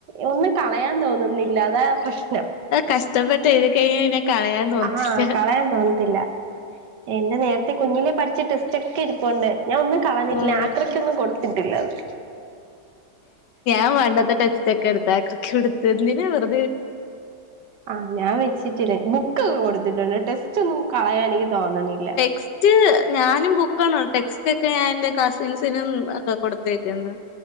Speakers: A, on the right (about 75°); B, on the left (about 75°).
A: ഒന്നും കളയാൻ തോന്നുന്നില്ല അതാ പ്രശ്‌നം
B: കഷ്ടപ്പെട്ട് എഴുതി കഴിഞ്ഞാ പിന്നെ കളയാൻ തോന്നത്തില്ല
A: ആഹ് കളയാൻ തോന്നത്തില്ല എന്റെ നേരത്തെ കുഞ്ഞിലെ പഠിച്ച ടെസ്റ്റ ഒക്കെ എടുപ്പണ്ട് ഞാൻ ഒന്നും കളഞ്ഞിട്ടില്ല
B: ഉം
A: ആക്രയ്ക്കൊന്നും കൊടുത്തിട്ടില്ലത്
B: ആഹ് വണ്ടത്തെ ടെസ്റ്റ് എടുത്ത് ആക്രിക് കൊട്ത്ത് എന്തിനാ വെറു
A: ആഹ് ഞാൻ വ സിത്തില് ബുക്ക് കൊടുത്തിട്ടുണ്ട്. ടെസ്റ്റൊന്നും കളയാന് എനിക്ക് തോന്നണ്ല്ല.
B: ക്സ്റ്റ് ഞാനും ബു ക്കാണോ ടെസ്റ്റ് ഒക്കെ ഞാൻ ഇന്റെ കസിൻസിനും ഒക്കെ കൊടുത്തയക്കുന്ന്.